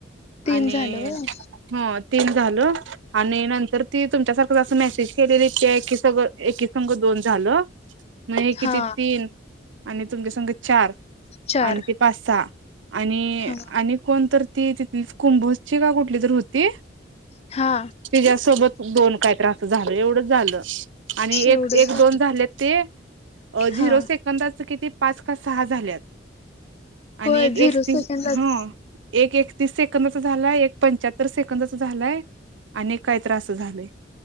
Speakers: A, on the left; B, on the right.
A: तीन
B: आणि
A: झालं व्हय
B: हो तीन झालं. आणि नंतर ती तुमच्यासारखंंच असं मेसेज केलेली, त्या एकी सग एकी संघ दोन झालं. म हे किती
A: हा
B: तीन, आणि तुमचे संगं चार
A: चार
B: आणि ते पाच- सहा. आणि-
A: हा
B: आणि कोणतर ती तिथली, कुंभोजची का, कुठली तर होती
A: हा.
B: तिज्यासोबत दोन, काही तरी असं झालं. एवढंच झालं. आणि एक
A: एवढंच
B: एक
A: झालं
B: दोन झाले ते झिरो
A: हा
B: सेकंदाच किती पाच का सहा झालेत.
A: होय
B: आणि एक
A: झिरो
B: एकतीस
A: सेकंदाच
B: हा. एक एकतीस सेकंदाचा झालाय एक पंच्याहत्तर सेकंदाच झालाय. अनेक काही तरी असं झाले